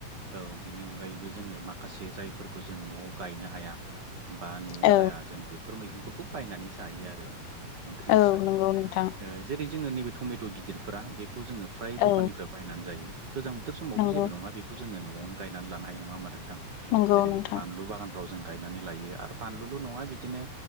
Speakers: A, on the right (about 60°); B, on the left (about 80°).
A: औ बिनि अनगायैबो जोङो माखासे जायफोरखौ जों न'आव गायनो हाया बा न'आव
B: औ
A: जाया जों बेफोर मैगंफोरखौ बायनानै जायो आरो ओंख्रि
B: औ
A: हिसाबै
B: नंगौ नोंथां
A: जेरै जोङो नैबे टमेट' गिदिरफ्रा बेखौ जोङो फ्राय
B: औ
A: दखाननिफ बायनानै जायो गोजां बोथोर समावथ'
B: नंगौ
A: जेबो नङा बेखौ जोङो न'आवनो गायनानै लानो हायो नङा होमबा नोंथां
B: नंगौ
A: जेरै
B: नोंथां
A: बानलु बागान फोराव जों गायनानै लायो आरो बानलुल' नङा बिदिनो